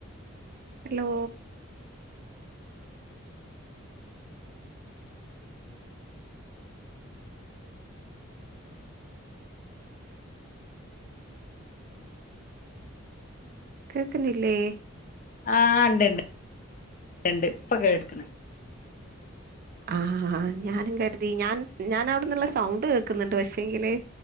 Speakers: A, on the right; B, on the left.
A: ഹലോ കേക്കുന്നില്ലേ
B: ആ ഉണ്ട്ണ്ട്ണ്ട് ഇപ്പൊ കേക്കണ
A: ആഹ ഞാനും കരുതി ഞാൻ ഞാൻ അവിടന്നുള്ള സൗണ്ട് കേക്കുന്നുണ്ട് പക്ഷേങ്കില്